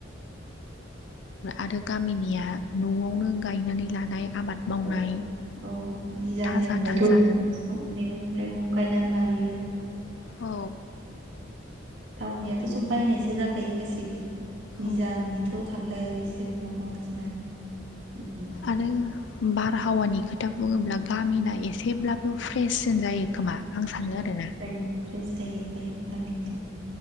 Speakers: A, on the left (about 65°); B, on the right (about 65°).
A: आरो गामिनिया न'आवनो गायनानै लानाय आबाद मावनाय
B: औ औ निजा
A: थाजा
B: निजा न'आवबो
A: थाजा
B: मैगं थाइगं गायनानै लायो। बिायो।
A: औ।
B: टाउनियाथ' सब बायनायसो जाखायो गासिबो। निजानिथ'
A: औ
B: थाखाय इसोरनाव बांसिनानो
A: आरो बारहावानि खोथा बुङोब्ला गामिना
B: उम
A: एसेब्लाबो फ्रेससिन जायो। खोमा आं सानो आरो ना।
B: फ्रेस फ्रेस जायो गामिनिया